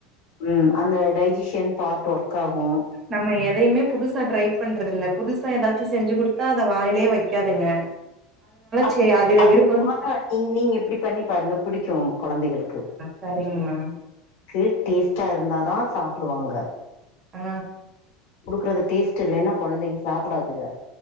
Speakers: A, on the left; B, on the right.
A: ம் அந்த டஜிஷியன் பார்ட் ஒர்க் ஆகு
B: நம்ம எதயுமே புதுசா ட்ரை பண்றது இல்ல புதுசா ஏதாசும் செஞ்சு குடுத்தா அதை வாயில வைக்காதுங்க <inaudible>
A: அப்டி
B: சேரி
A: அது
B: விருப்பம்
A: ஆஹா நீ நீங்க இப்டி பண்ணி பாருங்க பிடிக்கு கொழந்தைகளுக்கு
B: சரிங்மா
A: கே டேஸ்ட்டா இருந்தாதா சாப்டுவாங்க
B: ஆ
A: குடுக்கறது டேஸ்ட் இல்லனா கொழந்தைங்க சாப்டாதுக